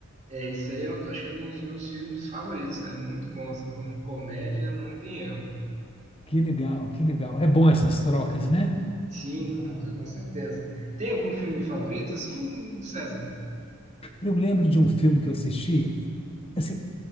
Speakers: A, on the right; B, on the left.
A: é, isso aí eu acho que é um dos meus filmes favoritos. É muito bom, assim, como comédia, não tem erro.
B: Que legal, que legal. É bom essas trocas, né?
A: Sim, com, com certeza. Tem algum filme favorito, assim, César?
B: Eu lembro de um filme que eu assisti. assim,